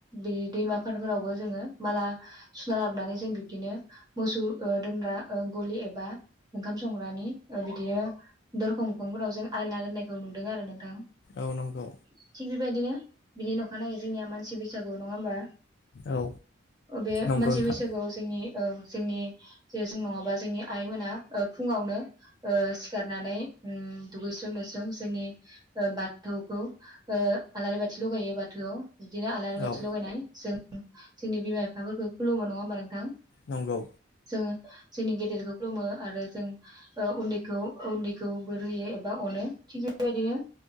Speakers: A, on the right; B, on the left.
A: बे दैमाफार फोरावबो जोङो माला सुना लाबोनानै जों बिब्दिनो मोसौ ओ दोनग्रा ओ गलि एबा ओंखाम संग्रानि ओ बिदिनो दरखं मोखंफोराव जों आलायना दोननायखौ नुदों आरो नोंथां। थिग
B: औ नंगौ
A: बेबायदिनो बिनि अखानायो जोंनिया मानसि मानसि बैसागु नङा होमबा
B: औ
A: ओ बे
B: नंगौ
A: मानसि
B: नोंथां
A: बैसागुआव जोंनि ओ जोंनि जे जों नङाबा जोंनि आइमोना ओ फुङावनो ओ सिखारनानै उम दुगैस्रोम लोबस्रोम जोंनि ओ बाथौखौ ओ ओ आलारि बाथि लगायो बाथ थोआव बिदिनो आलारि बाथि
B: औ
A: लगायनाय जों जोंनि बिमा बिफाफोरखौ खुलुमबाय नङा होमबा नोंथां?
B: नोंगौ।
A: जोङो जोंनि गेदेरखौ खुलुमो आरो जों ओ उन्दैखौ उन्दैखौ बोर होयो एबा अनो। थिग बेबायदिनो